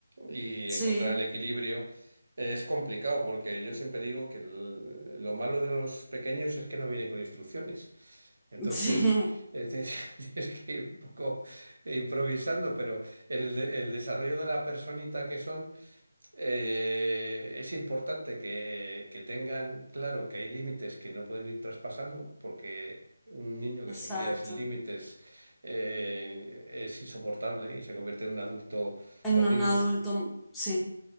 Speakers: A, on the right; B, in the centre.
A: y
B: Sí,
A: encontrar el equilibrio es complicado porque yo siempre digo que el- lo malo de los pequeños es que no vienen con instrucciones. Entonces,
B: <laughs> sí,
A: eh, tienes <laughs> tienes que ir un poco improvisando, pero el, de- el desarrollo de la personita que son eh, es importante que, que tengan claro que hay límites que no pueden ir traspasando, porque un niño
B: exacto.
A: que se cría sin límites eh, es insoportable y se convierte en un adulto
B: En
A: horrible.
B: un adulto, sí,